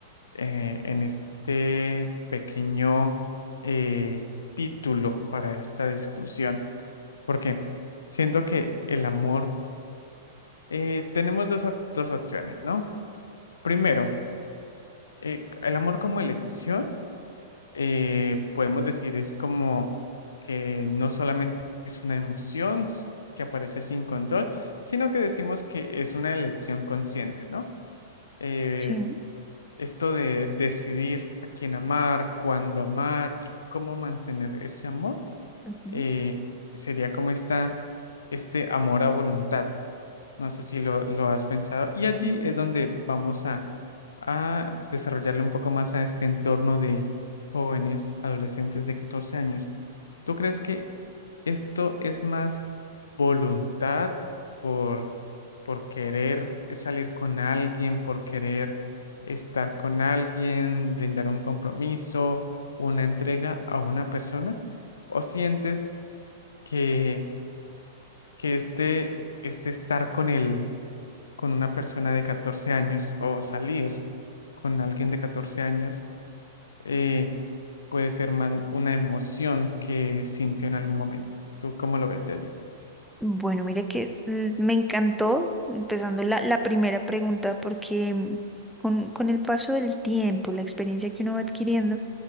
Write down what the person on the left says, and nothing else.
eh, en este pequeño eh, título para esta discusión? Porque siento que el amor eh, tenemos dos, op- dos opciones, ¿no? Primero, eh, el amor como elección, eh, podemos decir, es como que no solamente es una emoción s- que aparece sin control, sino que decimos que es una elección consciente, ¿no? Eh,
esto de decidir a quién amar, cuándo amar y cómo mantener ese amor,
eh, sería como esta, este amor a voluntad No sé si lo, lo has pensado. Y allí
es donde vamos a, a desarrollarle un poco más a este entorno de jóvenes, adolescentes de 14 años. ¿Tú crees que esto es más voluntad por, por querer salir con alguien, por querer estar con alguien, brindar un compromiso, una entrega a una persona? ¿O sientes que, que este, este estar con él? con una persona de 14 años o salir con alguien de 14 años eh, puede ser más una emoción que sintió en algún momento. ¿Tú cómo lo ves de allí?